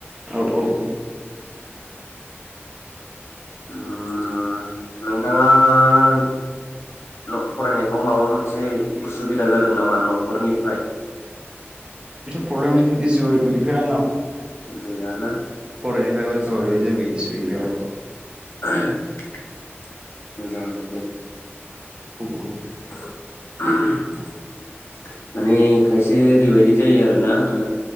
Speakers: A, on the right; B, on the left.
A: औ औ औ
B: उम नोंथां आ फरायनायफ्राव माबा मोनसे उसुबिदा जादों नामा नखरनिफ्राय?
A: फ्रब्लेम इसुबो गैफेरा आंनाव
B: गैयाना
A: फरायनायनि बागाव
B: थिगानो
A: अ इदि जेबो इसु गैफेरा
B: औ <inaudible> मोजाङानो दे।
A: औ औ
B: <inaudible> माने खायसे ओरैबायदि जायो आरोना ओ